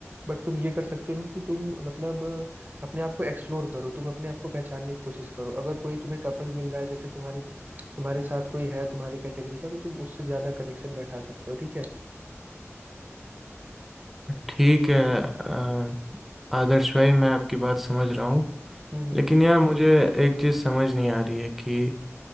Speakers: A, on the right; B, in the centre.
A: बट तुम ये कर सकते हो कि तुम मतलब अ, अपने आप को एक्सप्लोर करो तुम अपने आप को पहचानने की कोशिश करो अगर कोई तुम्हें कपल मिल रहा है जैसे तुम्हारे तुम्हारे साथ कोई है तुम्हारे कैटेगरी का तो तुम उससे ज्यादा कनेक्शन बैठा सकते हो ठीक है
B: ठीक है अ, आदर्श भाई मैं आपकी बात समझ रहा हूँ
A: हम्म हम्म।
B: लेकिन यार मुझे एक चीज़ समझ नहीं आ रही है कि